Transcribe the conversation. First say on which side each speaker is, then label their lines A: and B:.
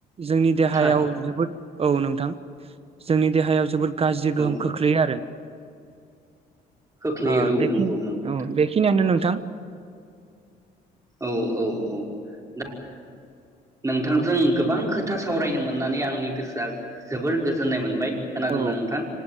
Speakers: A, on the right; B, on the right.
A: जोंनि देहायाव
B: थारैनो
A: जोबोद औ नोंथां जोंनि देहायाव जोबोद गाज्रि
B: औ
A: गोहोम खोख्लैयो आरो ।
B: खोख्लैयो
A: ओ
B: औ
A: बेखिनि
B: नंगौ नंगौ
A: ओ बेखिनि आनो नों थां
B: औ औ औ दा नोंथांजों गोबां खोथा सावरायनो मोननानै आंनि गोसोआ जोबोर गोजोननाय मोनबाय। खोनादोंना
A: औ
B: नोंथां